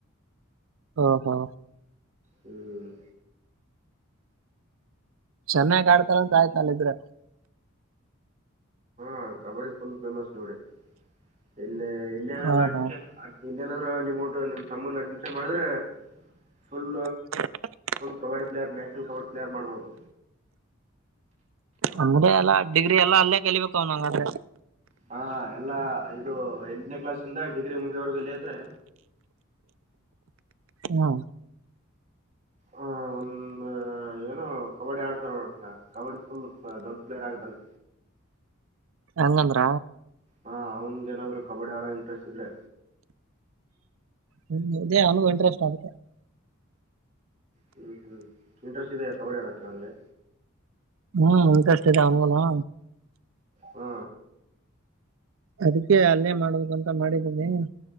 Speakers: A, on the right (about 75°); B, on the right (about 35°).
A: ಹಾ ಹಾ
B: ಹ್ಮ್
A: ಚೆನ್ನಾಗ ಆಡ್ತರಂತ್ ಆಯ್ತ ಅಲ್ಲಿದ್ರೆ.
B: ಹ ಕಬಡ್ಡಿ ಫುಲ್ ಫೇಮಸ್ ನೋಡಿ ಇಲ್ಲ ಇಲ್ಲ ಏನದ್ರ
A: ಹಾ
B: ಅಡ್ಮಿಷನ್
A: ಹಾ
B: ಆ ಇಲ್ಲೇನಾದ್ರೂ ನಿಮ್ಮಟ್ಟ ನಿಮ್ ತಮ್ಮನ ಅಡ್ಮಿನ್ಷನ್ ಮಾಡಿದ್ರೆ full
A: <inaudible>
B: ಕಬಡ್ player national kabaddi player ಮಾಡ್ಬೋದು.
A: ಅಂದ್ರೆ ಎಲ್ಲಾ ಡಿಗ್ರಿ ಎಲ್ಲಾ ಅಲ್ಲೇ ಕೆಲಿಬೇಕ ಅವನಂಗಾದ್ರೆ.
B: ಹಾ ಎಲ್ಲಾ ಇದು ಎಂಟನೇ ಕ್ಲಾಸ್ ಇಂದ ಡಿಗ್ರಿ ಮುಗಿಯೋ ವರ್ಗು ಇಲ್ಲೆ ಇದ್ರೆ
A: ಹಾ
B: ಆ ಒಂದ್ ಏನೋ ಕಬಡ್ಡಿ ಆಡ್ತಾರೋಳಸ ಕಬಡ್ಡಿ ಫುಲ್ ದೊಡ್ ಪ್ಲೇಯರ್ ಆಗ್ತಾನೆ.
A: ಹಂಗಂದ್ರ,
B: ಹಾ ಅವ್ನ್ಗ ಏನಾದ್ರು ಕಬಡ್ಡಿ ಆಡೊ ಇಂಟ್ರೆಸ್ಟ್ ಇದ್ರೆ.
A: ಹ್ಮ ಇದೇ ಅವ್ನುಗು ಇಂಟ್ರೆಸ್ಟ್ ಆಗುತ್ತೆ.
B: ಹ್ಮ್ ಹ್ಮ್ ಇಂಟ್ರೆಸ್ಟ್ ಇದೆಯಾ ಕಬಡ್ಡಿ ಆಡೋಕ್ಕೆ ಅವ್ನಿಗೆ.
A: ಹ್ಮ್ ಇಂಟರೆಸ್ಟ್ ಇದೆ ಅವ್ನ್ ಗುನು.
B: ಹ್ಮ
A: ಅದಕ್ಕೆ ಅಲ್ಲೇ ಮಾಡಬೇಕನ್ ಮಾಡಿದ್ದೀನಿ.